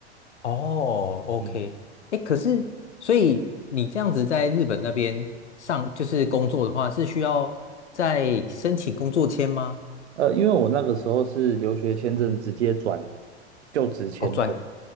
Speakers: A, on the left (about 90°); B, on the right (about 80°).
A: 哦，OK，
B: 嗯，
A: 哎，可是所以你这样子在日本那边上就是工作的话，是需要再申请工作签吗？
B: 呃，因为我那个时候是留学签证直接转就职签证，
A: 哦，转，